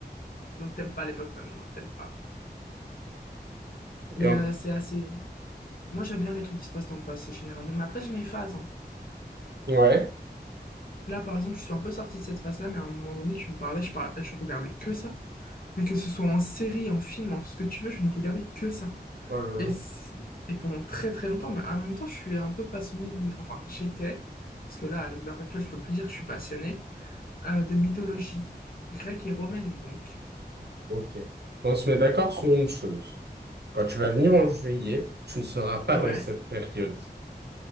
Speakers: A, on the left (about 60°); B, on the right (about 75°).
A: Donc, t'aimes pas les pop comme non, t'aimes pas. Mais
B: Et en-
A: euh, c'est assez... Moi, j'aime bien les trucs qui se passent dans le passé, généralement. Mais après, j'ai mes phases. hein.
B: Ouais.
A: Là, par exemple, je suis un peu sortie de cette phase-là, mais à un moment donné, tu me parlais, je, parlais, je regardais que ça. Mais que ce soit en série, en film, en tout ce que tu veux, je ne regardais que ça.
B: Oh là
A: Et,
B: là.
A: et pendant très très longtemps, mais en même temps, je suis un peu passionnée de... Enfin, j'étais, parce que là, à l'heure actuelle, je peux plus dire que je suis passionnée, euh, de mythologie grecque et romaine, donc.
B: Ok. On se met d'accord sur une chose. Quand tu vas venir en juillet, tu ne seras pas
A: Ouais.
B: dans cette période.